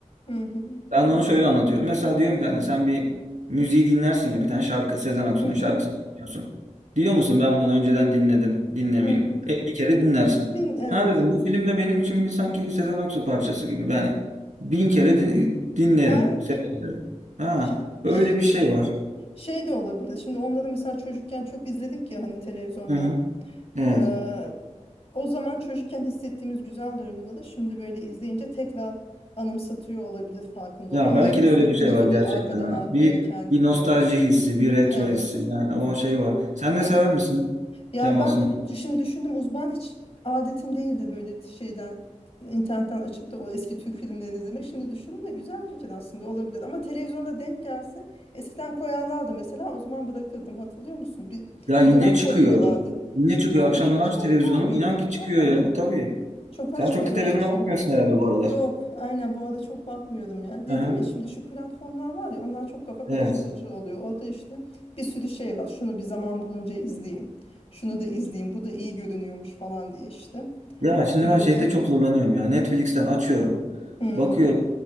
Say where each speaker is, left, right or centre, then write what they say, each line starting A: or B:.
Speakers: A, on the left (about 50°); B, on the right (about 75°).
A: Hı hı.
B: Ben de onu şöyle anlatıyorum. Mesela diyorum ki hani sen bir müziği dinlersin ya bir tane şarkı Sezen Aksu'nun
A: Hı hı.
B: şarkısı dinliyorsun. Diyor musun ben bunu önceden dinledim, dinlemeyeyim.
A: Hı hı.
B: 50 kere dinlersin.
A: Din evet.
B: Ha dedim bu filmde benim için bir sanki Sezen Aksu parçası gibi. Yani bin kere di- dinlerim,
A: Belki
B: severim. Ha
A: ş-
B: öyle
A: ş-
B: bir şey var.
A: şey de olabilir. Şimdi onları mesela çocukken çok izledik ya hani televizyonda.
B: Hı hı. Evet.
A: Ee, o zaman çocukken hissettiğimiz güzel duyguları şimdi böyle izleyince tekrar anımsatıyor olabilir farkında
B: Ya
A: olmayan.
B: belki
A: İyi hissettiriyordur
B: de öyle bir şey var gerçekten
A: arkadan
B: ha.
A: arkaya
B: Bir
A: kendini
B: bir nostalji
A: böyle.
B: hissi, bir retro
A: Evet.
B: hissi yani o şey var. Sen ne
A: Ya
B: sever misin
A: Yani
B: Kemal
A: ben
B: Sunal?
A: şimdi düşündüm uzman hiç adetim değildi böyle şeyden internetten açıp da o eski Türk filmlerini izlemek. Şimdi düşündüm de güzel fikir aslında olabilir. Ama televizyonda denk gelse eskiden koyarlardı mesela o zaman bırakırdım hatırlıyor musun? Bir,
B: Ya yine
A: bir dönem
B: çıkıyor.
A: koyuyorlardı.
B: Yine
A: Çıkıyor
B: çıkıyor.
A: mu?
B: Akşamları
A: Hiç
B: aç
A: denk
B: televizyonu.
A: gelmedim.
B: İnan ki çıkıyor
A: Allah
B: ya.
A: Allah.
B: Tabii.
A: Çok
B: Sen
A: açmadığım
B: çok televizyona
A: için.
B: bakmıyorsun herhalde bu aralar.
A: Yok, aynen bu arada çok bakmıyordum ya. Dedim
B: Hı hı.
A: ya şimdi şu platformlar var ya onlar çok kafa
B: Evet.
A: karıştırıcı oluyor. Orada işte bir sürü şey var. Şunu bir zaman bulunca izleyeyim. Şunu da izleyeyim. Bu da iyi görünüyormuş falan diye işte.
B: Ya şimdi
A: Blue
B: ben şeyde
A: TV'de.
B: çok zorlanıyorum ya. Netflix'ten açıyorum.
A: Hmm,
B: Bakıyorum.